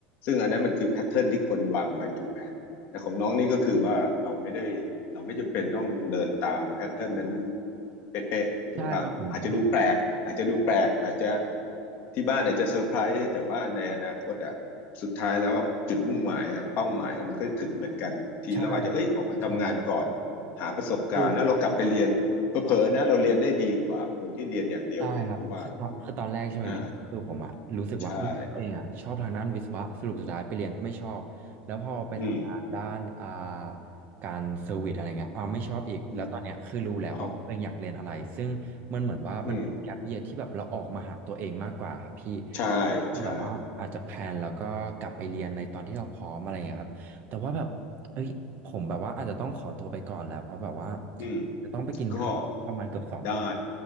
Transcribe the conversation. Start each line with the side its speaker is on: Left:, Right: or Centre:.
Left: ซึ่งอันนั้นมันคือแพทเทิร์นที่คนวางไว้ถูกไหมแต่ของน้องนี่ก็คือว่าเราไม่ได้เราไม่จำเป็นต้องเดินตามแพทเทิร์นนั้นเป๊ะๆถูกป่ะอาจจะดูแปลกอาจจะดูแปลกอาจจะ
Right: ใช่ครับผม
Left: ที่บ้านอาจจะเซอร์ไพรส์แต่ว่าในอนาคตอ่ะสุดท้ายแล้วอะจุดมุ่งหมายเป้าหมายมันก็ถึงเหมือนกันทีเราอาจจะเอ้ยออกมาทำงานก่อน
Right: ใช่ ใช่
Left: หาประสบการณ์แล้วเรากลับไปเรียน
Right: คือ
Left: เผลอๆนะเราเรียนได้ดีกว่าคนที่เรียนอย่างเดียวอีกเพราะว่า
Right: ใช่ครับคือตอนคือตอนแรกใช่ไหมพี่คือผมอะรู้สึกว่าเอยตัวเองอะชอบทางด้านวิศวะสรุปสุดท้ายไปเรียนไม่ชอบแล้วพอไปทำงานด้านอ่า
Left: อ่าใช่อืม
Right: การเซอร์วิสอะไรเงี้ยเอาไม่ชอบอีกแล้วตอนเนี้ยคือรู้แล้วว่าตัวเองอยากเรียนอะไรซึ่งมันเหมือนว่ามันเป็นแก
Left: อืมเอาอืม
Right: p เยียที่แบบเราออกมาหาตัวเองมากกว่าครับพี่
Left: ใช่
Right: คือแบบว่าอาจจะแพลนแล้วก็กลับไปเรียนในตอนที่เราพร้อมอะไรเงี้ยครับแต่ว่าแบบเอ้ยผมแบบว่าอาจจะต้องขอตัวไปก่อนแล้วเพราะแบบว่า
Left: ใช่อืม
Right: จะต้องไปกินข้าวประมาณเกือบสองทุ่ม
Left: ก็ได้